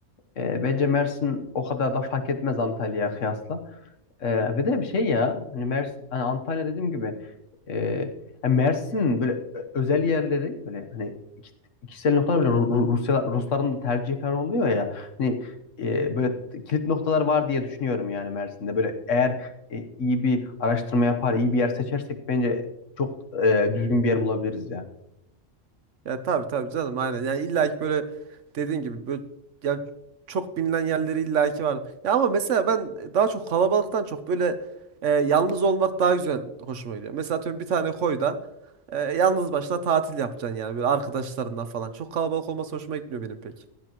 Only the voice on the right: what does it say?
Ya tabii tabii canım aynen. Yani illa ki böyle dediğin gibi böyle yani çok bilinen yerleri illa ki var. Ya ama mesela ben daha çok kalabalıktan çok böyle e, yalnız olmak daha güzel hoşuma gidiyor. Mesela atıyorum bir tane koyda e, yalnız başına tatil yapacaksın yani böyle arkadaşlarından falan. Çok kalabalık olması hoşuma gitmiyor benim pek.